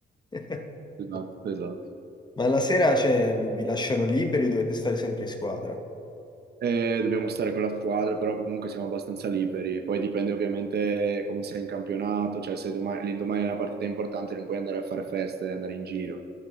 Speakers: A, on the left; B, on the right.
A: <laughs>
B: Esatto, esatto.
A: Ma la sera, cioè, vi lasciano liberi, dovete stare sempre in squadra.
B: E dobbiamo stare con la squadra, però comunque siamo abbastanza liberi. Poi dipende ovviamente come sei in campionato, cioè se doma- l'indomani è una partita importante non puoi andare a fare festa e andare in giro.